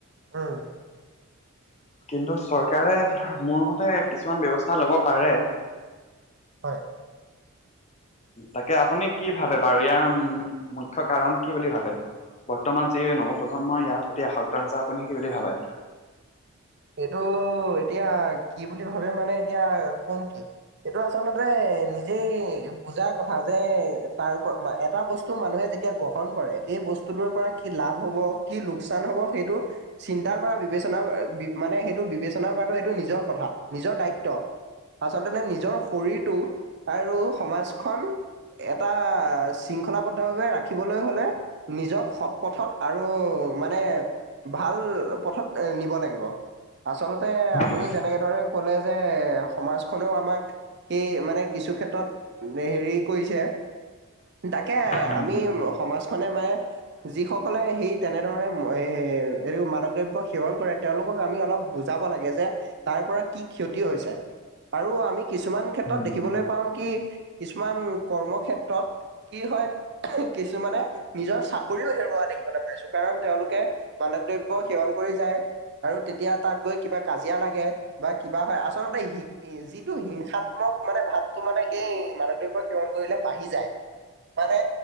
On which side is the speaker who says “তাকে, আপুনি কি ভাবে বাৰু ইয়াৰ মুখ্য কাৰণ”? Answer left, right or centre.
Left